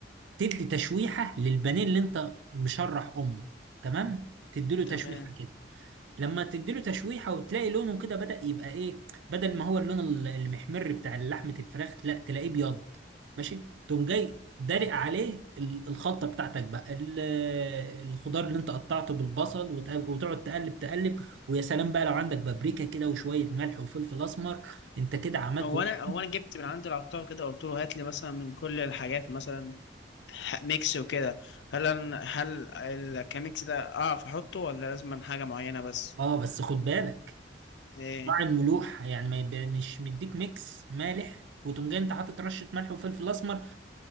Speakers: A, on the right (about 85°); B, on the left (about 75°).
A: تدي تشويحة للبانيه اللي انت مشرح امه تمام تديله تشويحة
B: تمام
A: كده لما تديله تشويحه وتلاقي لونه كده بدأ يبقى ايه بدل ما هو اللون ال- المحمر بتاع لحمه الفراخ لا تلاقيه ابيض ماشي تقوم جاي دلق عليه ال- الخلطه بتاعتك بقى ال- الخضار اللي انت قطعته بالبصل وت- وتقعد تقلب تقلب ويا سلام بقى لو عندك بابريكا كده وشويه ملح وفلفل اسمر انت كده عملت
B: هو
A: <laughs>
B: انا هو انا جبت من عند العطار كده قلت له هات لي مثلا من كل الحاجات مثلا ح- ميكس وكده هل أنا هل الكاميكس ده اعرف احطه ولا لازم حاجه معينه بس
A: اه بس خد بالك
B: إيه
A: مع الملوحة يعني ما يبقى مش مديك ميكس مالح وتقوم جاي انت حاطط رشة ملح وفلفل اسمر